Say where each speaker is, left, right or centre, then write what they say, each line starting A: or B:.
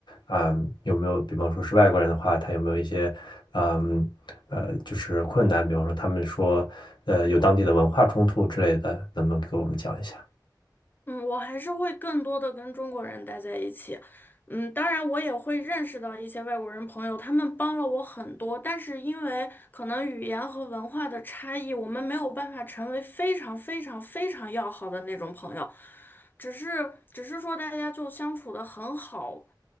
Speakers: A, on the left; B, on the left.
A: 嗯，有没有，比方说是外国人的话，他有没有一些，嗯，呃，就是困难？比方说他们说，呃，有当地的文化冲突之类的，能不能给我们讲一下？
B: 嗯，我还是会更多的跟中国人待在一起。嗯，当然我也会认识到一些外国人朋友，他们帮了我很多，但是因为可能语言和文化的差异，我们没有办法成为非常非常非常要好的那种朋友，只是只是说大家就相处的很好，